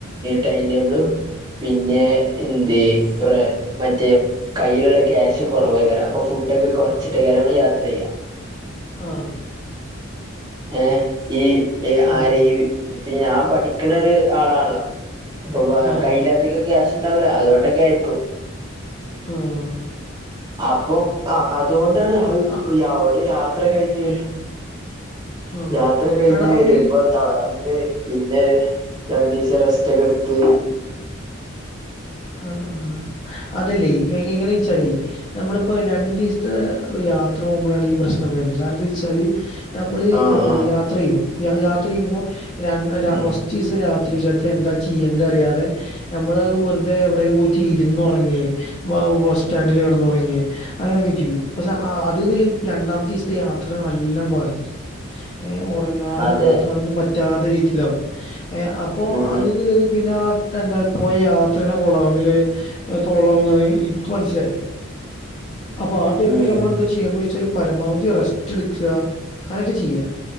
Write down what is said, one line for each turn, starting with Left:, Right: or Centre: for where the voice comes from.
Right: ടൈം ടേബിളും പിന്നെ എന്ത് പ്ര മറ്റേ കയ്യിലുള്ള ക്യാഷ് കുറവേ കാരം അപ്പൊ ഫുഡൊക്കെ കുറച്ചിട്ടേക്ക രം നമ്മൾ യാത്ര ചെയ്യാ
Left: ആ
Right: ഏ ഈ ആര്
Left: ആഹ്
Right: ഈ പി ഞാൻ പഠിക്കണ ഒരു ആളാണല്ലോ അപ്പൊ
Left: ആഹ്
Right: കയ്യിലധി്റം ക്യാഷ് ഉണ്ടാവില്ല അതുകൊണ്ടൊക്കെ ആയിരിക്കും
Left: ഉം
Right: അപ്പം ആ അതുകൊണ്ടാണ്
Left: ആഹ്
Right: ഒരു യാത്ര കഴിഞ്ഞഞ് വര
Left: ആഹ്
Right: യാത്ര കഴിഞ്ഞഞ്
Left: എടാ അപ്പീ
Right: വരുമ്പോ തളർന്ന് പിന്നെ രണ്ടു ദിവസം റെസ്റ്റ് ഒക്കെ എടുത്ത്
Left: ആ അതല്ലേ എങ്ങനെ വെച്ചാലേ നമ്മളിപ്പോ രണ്ടു ദിവസത്തെ യാത്ര പോകുമ്പോഴാണ് ഈ പ്രശ്നം വരുന്നത് കാരണം എന്താ വെച്ചാല് നമ്മൾ
Right: ആ
Left: എന്താണ്
Right: ആ
Left: യാത്ര ചെയ്യും യാത്ര ചെയ്യുമ്പോൾ രണ്ടര
Right: ഉം
Left: വസ്തു രാത്രികകത്ത് എന്താ ചെയ്യേണ്ട അറിയാതെ നമ്മള് വെർ തെ എവിടെങ്കിലും പോയിട്ട് ഇരുന്നുറങ്ങി ബസ് സ്റ്റാൻഡില് കിടന്നുറങ്ങിയ അങ്ങനെയൊക്കെ ചെയ്യും പക്ഷെ ആ അതിമമല് രണ്ടാത്തെ ദിവസത്തെ യാത്രയെ നല്ലാം ബാധിക്കു ഏ ഉറങ്ങാനും
Right: അതെ
Left: ഇതാക്കാനൊ ഒന്നും പറ്റാത്ത രീതിയിലാവും ഏ അപ്പോൾ
Right: ഉം
Left: അതന്നത് പിന്നെ എന്താ പോയ അത്ര തന്നെ കൊള്ളാവും അല്ലെ തൊള്ളാവ എന്നാണ് ഇൻക്മനസ്സിലായത് അപ്പൊ ആ ടൈമിൽ
Right: ഉം ഉം
Left: നമ്മൾ എന്താ ചെയ്യണ്ട ചോദിച്ചാല് പരമാവധി റെസ്റ്റ് എടുക്കുക അങ്ങനൊക്കെ ചെയ്യാ